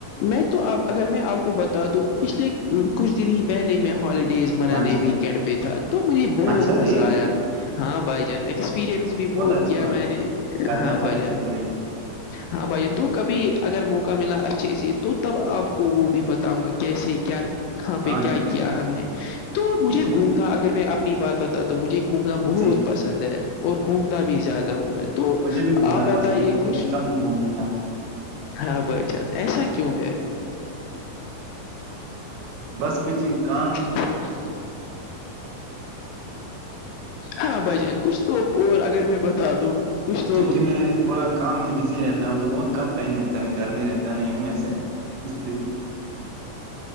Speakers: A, on the left (about 80°); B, on the right (about 75°).
A: میں تو اپ اگر میں آپ کو بتا دوں پچھلے کچھ دن ہی پہلے میں ہالیڈیز منانے
B: ہاں جی بھائی
A: ویکینڈ پہ تھا تو مجھے بہت
B: اچھا
A: مزہ
B: جی
A: آیا ہاں بھائی جان ایکسپیرنس بھی بہت
B: اچھی
A: کیا
B: بات
A: میں
B: ہے
A: نے
B: کرنا
A: ہاں
B: چاہیے
A: بھائی جان
B: ایسے زندگی میں
A: ہاں بھائی جان تو کبھی اگر موقع ملا اچھے سے تو تب آپ کو وہ بھی بتاؤں گا کہ کیسے کیا کہاں
B: ہاں
A: پہ کیا
B: جی بھائی
A: کیا ہم نے تو مجھے
B: ٹھیک
A: گھومنا
B: ہے
A: اگر میں اپنی بات با تو مجھے گھومنا بہت
B: جی
A: پسند ہے اور گھومتا بھی زیادہ ہوں میں
B: ہاں
A: تو
B: جی مجھے بھی گھومنا
A: آپ بتائیے
B: پسند ہے لیکن
A: کچھ
B: میں کم گھومتا ہوں
A: ہاں بھائی جان ایسا کیوں ہے
B: بس کچھ کام
A: <unintelligible> ہاں بھائی جان کچھ لوگ اور اگر میں با <unintelligible>
B: کیونکہ میں تھوڑا کام میں بزی رہتا ہوں تو بہت کم ٹائم ملتا ہے میں گھر میں رہتا نہیں ہوں ویسے اس لیے